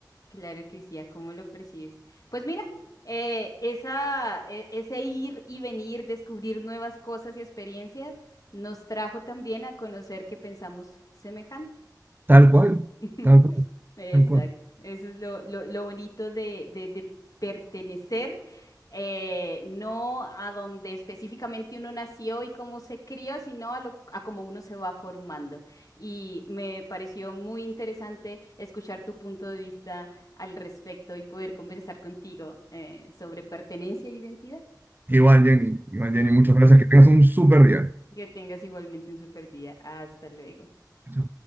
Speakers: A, on the left (about 55°); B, on the right (about 25°).
A: Claro que sí, ¿a cómo lo percibes? Pues mira, eh, esa, e- ese ir y venir, descubrir nuevas cosas y experiencias, nos trajo también a conocer que pensamos semejante.
B: Tal cual,
A: <laughs>
B: tal cual,
A: Exacto.
B: tal cual.
A: Eso es lo, lo, lo bonito de, de- de pertenecer, eh, no a donde específicamente uno nació y cómo se crió, sino a, lo, a cómo uno se va formando. Y me pareció muy interesante escuchar tu punto de vista al respecto y poder conversar contigo eh, sobre pertenencia e identidad.
B: Igual, Jenny. Igual,
A: Ujú.
B: Jenny. Muchas gracias. Que tengas un súper día.
A: Que tengas igualmente un super día. Hasta luego.
B: Chao.